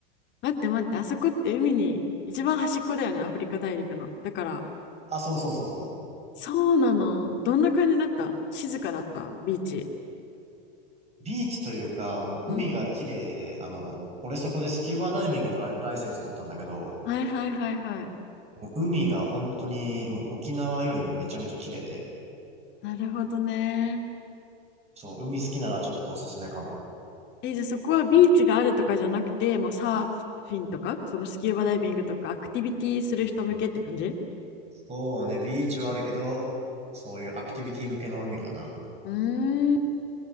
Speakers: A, on the left; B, on the right.
A: 待って待って、あそこって海に一番端っこだよね、アフリカ大陸の。だから、
B: あ、そうそうそうそう。
A: そうなの。どんな感じだった静かだった、ビーチ。
B: ビーチというか、もう海が綺麗で、
A: うん。
B: あの、俺そこでスキューバダイビングのライライセンス取ったんだけど、
A: はいはいはいはい。
B: もう海が本当に、もう沖縄よりめちゃめちゃ綺麗で、
A: なるほどね。
B: そう、海好きならちょっとおすすめかも。
A: え、じゃあそこはビーチがあるとかじゃなくて、もうサーフィンとか、そのスキューバダイビングとか、アクティビティする人向けって感じ
B: そうね、ビーチはあるけど、そういうアクティビティ向けの海かな。
A: うーん、